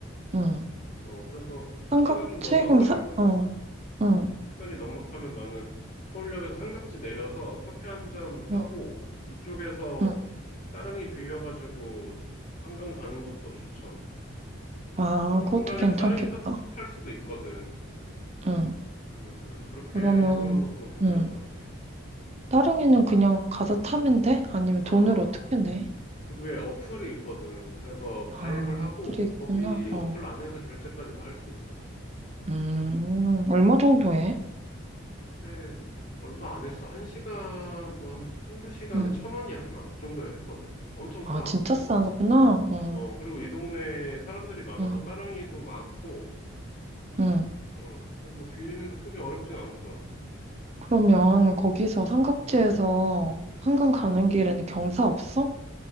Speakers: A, on the right (about 30°); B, on the left (about 35°).
A: 응.
B: 어, 그래서
A: 삼각
B: 시간 좀 넉넉하면은,
A: 튀김사? 어, 응,
B: 시간이 넉넉하면 나는 서울역에서 삼각지 내려서 커피 한잔 하고,
A: 응,
B: 이쪽에서
A: 응.
B: 따릉이 빌려가지고 한강 가는 것도 추천.
A: 아,
B: 근데 뭐
A: 그것도
B: 한강에서
A: 괜찮겠다.
B: 따릉이 타도, 탈 수도 있거든.
A: 응.
B: 음, 그래서 그렇게
A: 그러면,
B: 해보는 것도 괜찮을
A: 응.
B: 것 같아.
A: 따릉이는 그냥 가서 타면 돼? 아니면
B: 아,
A: 돈을 어떻게 내?
B: 그게 어플이 있거든. 그래서
A: 아,
B: 가입을 하고
A: 그래 있구나.
B: 거기
A: 어.
B: 어플 안에서 결제까지 다 할 수 있어.
A: 음, 얼마 정도 해?
B: 그때 얼마 안 했어. 한 시간, 뭐 한, 한두 시간에
A: 응.
B: 천 원이었나? 그 정도에 했거든. 엄청 싸.
A: 아, 진짜 싸구나. 응,
B: 어, 그리고 이 동네에 사람들이 많아서
A: 응,
B: 따릉이도 많고,
A: 응.
B: 어, 그래서 뭐 빌리는데 크게 어렵진 않을 거야.
A: 그러면 거기서 삼각지에서
B: 음.
A: 한강 가는 길에는 경사 없어?